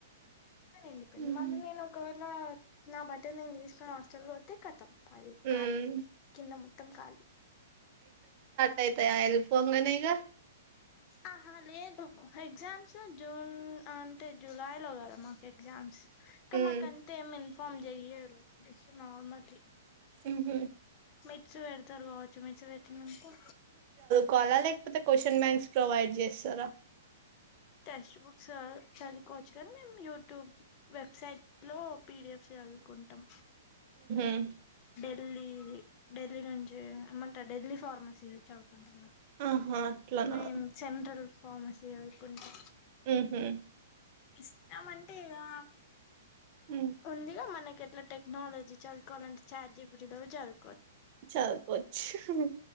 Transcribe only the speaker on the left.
నండిప్పండి
మళ్ళీ నేను ఒకవేళ నా బట్ట నేను తీసుకుని హాస్టల్లో పోతే కతం అది
కాలు కింద మొత్తం కాలు
ఆహా లేదు ఎగ్జామ్స్ జూన్ అంటే జూలైలో కదా మాకు ఎగ్జామ్స్ కమ్
మా కంత ఏం ఇన్ఫార్మ్ చెయ్య ఎస్ నార్మల్
మిర్చి పెడతారు కావచ్చు మిర్చి పెట్టినంకు
టెక్స్ట్ బుక్స్ చదువుకోవచ్చు కానీ మేము యూట్యూబ్ వెబ్సైట్ లో పిడిఎఫ్ చదువుకుంటాం.
ఢిల్లీ ఢిల్లీ నుంచి ఏమంటా ఢిల్లీ ఫార్మసీ చదువుకుంటన్న
మెయిన్ జెనరల్ ఫార్మసీ వెదుకుంటా
ఇస్తామంటే ఇగా
ఉందిగా మనకి ఎట్లా టెక్నాలజీ చదువుకోవాలింటే ఛార్జీబిటి తో చదువు